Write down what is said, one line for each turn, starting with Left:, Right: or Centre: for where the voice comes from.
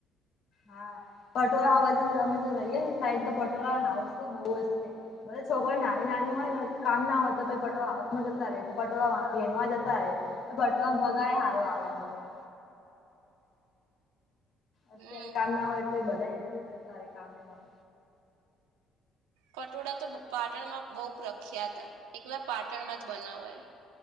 Left: હા પટોળા આ બાજુ અમે તો રહીએ ને સાઈડ તો પટોળા હાઉસ તો બહુ જ છે. બધ છોકરો નાની નાની હોય ને કામ ના હોય તો પ પટોળ હાઉસ માં જતા રે પટોળ વીણવા જતા રે. તો બટવાન પગારે સારો આવે એમ તો.
Right: હમ
Left: અત્યારે કામ ના હોય એટલે બધા રીતર જતા ર કામેમાં.
Right: પટોળા તો પાટણમાં બહુ પ્રખ્યા હતા એકલા પાટણ માં જ બનાવાયા.